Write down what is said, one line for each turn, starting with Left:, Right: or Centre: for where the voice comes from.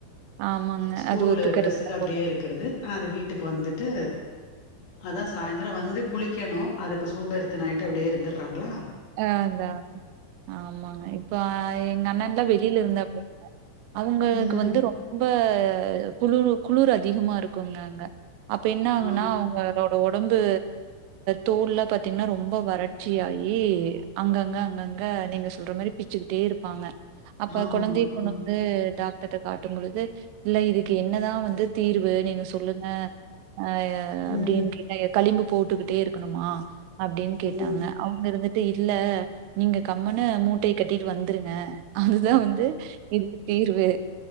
Right: ஆமாங்க.
Left: ஸ்கூலு
Right: அது ஒத்துக்கிறது
Left: ட்ரெஸ்ல
Right: இல்ல
Left: அப்படியே
Right: போல.
Left: இருக்கிறது வீட்டுக்கு வந்துட்டு அதா சாயந்தர வந்து குளிக்கணு அதுக்கு சோம்பறித்தனோ ஆயிட்டு அப்படியே இருந்துர்றாங்களா
Right: ஆ அதாதா ஆமாங்க இப்போ எங்க அண்ணா இருந்தா வெளியில இருந்த அப்படி அவங்களுக்கு
Left: ம்
Right: வந்து ரொம்ப ஹ குளிரு குளிரு அதிகமா இருக்கும் அங்க அப்ப என்ன ஆகுனா
Left: ஆ
Right: அவங்களோட உடம்பு தோல்லா பார்த்தீங்கன்னா ரொம்ப வறட்சி ஆயி அங்கங்க அங்கங்க நீங்க சொல்ற மாதிரி பிச்சுக்கிட்டே இருப்பாங்க அப்ப
Left: ஆமா
Right: குழந்தை கொண்டு
Left: ஆ
Right: வந்து டாக்டர் காட்டும் பொழுது இல்ல இதுக்கு என்னதா வந்து தீர்வு நீங்க சொல்லுங்க அ அப்படின்னு
Left: ம்
Right: களும்பு போட்டுக்கிட்டே இருக்கு ணுமா அப்படின்னு கேட்டாங்க
Left: ம்
Right: இருந்துட்டு இல்ல நீங்க கம்முன்னு மூட்டைய கட்டிட்டு வந்துருங்க அ அதுதான் வந்து இதுக்கு தீர்வு